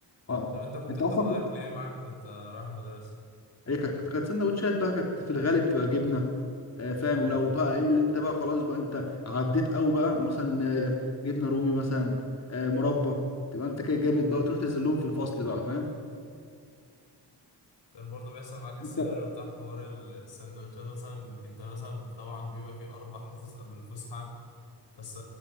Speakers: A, on the left; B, on the left.
A: آه،
B: طب انت كنت
A: انت
B: بتاخد
A: اصلا كنت
B: اكل ايه معاك وانت رايح المدرسه
A: هي كانت كانت سندوتشات بقى كانت في الغالب بتبقى جبنه آه، فاهم
B: امم
A: لو بقى ايه اللي انت بقى خلاص بقى انت عديت قوي بقى مثلا آه، جبنه رومي مثلا آه، مربى تبقى انت كده جامد بقى وتروح تنزل في الفصل بقى فاهم
B: كان برضو بيحصل معاك السيناريو
A: انت
B: بتاع حوار ال- السندوتشات مثلا انت مثلا طبعا بيبقى فيه اربع حصص قبل الفسحه فس